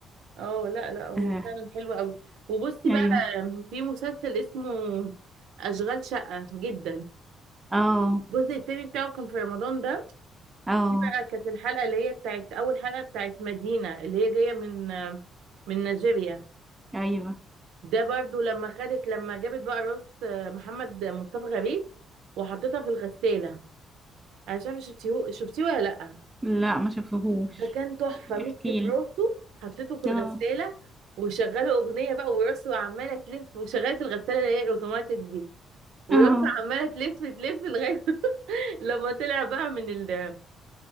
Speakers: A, on the right; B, on the right.
A: اه لا لا هو
B: آه
A: فعلا حلو قوي وبصي بقى
B: ايوه
A: في مسلسل اسمه أشغال شقة جدا
B: اه
A: الجزء التاني بتاعه كان في رمضان ده
B: اه
A: دي بقى كانت الحلقة اللي هي بتاعت أول حلقة بتاعت مدينة اللي هي جاية من من نيجيريا
B: ايوه
A: ده برضو لما خدت لما جابت بقى راس محمد مصطفى غريب وحطيتها في الغسالة أنا مش عارفة شفتيه شفتيه ولا لأ
B: لا ما شافهوش
A: ده كان تحفة مسكت
B: احكي لي
A: راسه حطيته في الغسالة
B: اه
A: وشغلوا أغنية بقى وراسه عمالة تلف وشغلت الغسالة اللي هي الأوتوماتيك دي وراسه
B: اه
A: عمالة تلف تلف لغاية <laughs> لما طلع بقى من ال